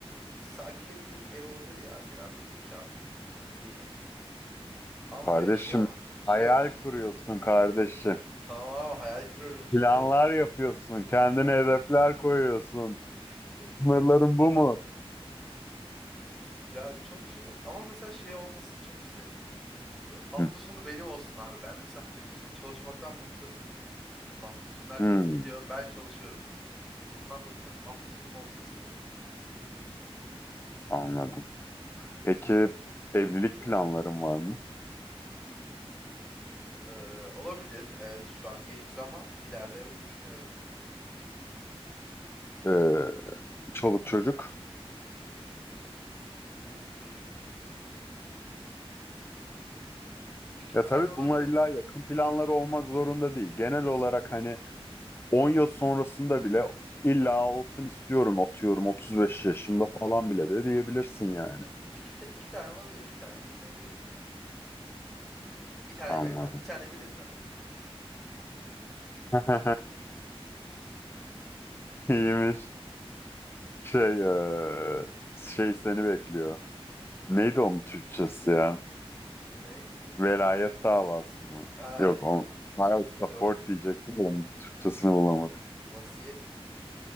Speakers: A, in the centre; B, on the left.
A: sakin bir ev olabilir ya. bir artı bir, 2 artı bir. Çok önemli değil o. Ama
B: Kardeşim,
A: böyle şey şey
B: hayal
A: olsun.
B: kuruyorsun kardeşim.
A: Tamam abi hayal kırıyorum işte.
B: Planlar yapıyorsun, kendine hedefler koyuyorsun.
A: <laughs>
B: Sınırların bu mu?
A: Ya çok şey yok. Ama mesela şey olmasını çok isterim. Böyle Hafta
B: Hı.
A: sonu benim olsun abi. Ben mesela hafta sonu çalışmaktan bıktım. Hafta sonu herkes
B: Hı,
A: gidiyor, ben çalışıyorum. Bundan bıktım. Hafta sonum olsun istiyorum.
B: anladım. Peki evlilik planların var mı?
A: Ee, olabilir. Evet, şu an genciz ama ileride evet düşünüyorum.
B: Ee, çoluk çocuk?
A: Çoluk çocuk. Hmm, iki
B: Ya
A: tane
B: tabii
A: olabilir.
B: bunlar illa yakın planları olmak zorunda değil. Genel olarak hani 10 yıl sonrasında bile illa olsun istiyorum atıyorum 35 yaşımda falan bile de diyebilirsin yani.
A: Yani İki, ta- iki tane olabilir. iki tane düşünebilirim. Bir tane
B: Anladım.
A: birinden, bir tane birinden.
B: <laughs> İyiymiş. Şey, eee, şey seni bekliyor. Neydi onun Türkçesi ya?
A: Ne?
B: Velayet davası mı?
A: Aa,
B: Yok on Child support
A: <laughs> yok.
B: diyecektim de onun Türkçesini bulamadım.
A: Vas- vasiyet.